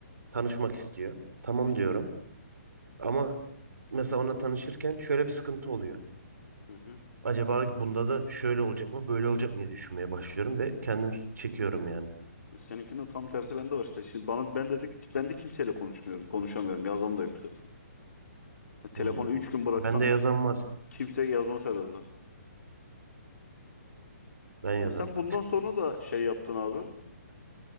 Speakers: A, on the right (about 85°); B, on the left (about 70°).
A: tanışmak istiyor. Tamam
B: işte.
A: diyorum. Ama mesela ona tanışırken şöyle bir sıkıntı oluyor.
B: Hı hı.
A: Acaba bunda da şöyle olacak mı, böyle olacak mı diye düşünmeye başlıyorum ve kendim çekiyorum yani.
B: Seninkinde tam tersi bende var işte. Şimdi bana ben dedik ben de kimseyle konuşmuyorum. Konuşamıyorum. Yazmam da yok zaten. Ya Telefonu
A: Hmm.
B: 3 gün bıraksam
A: Ben de yazan var.
B: kimse yazmaz herhalde.
A: Ben yazarım.
B: Ama sen bundan sonra da şey yaptın abi.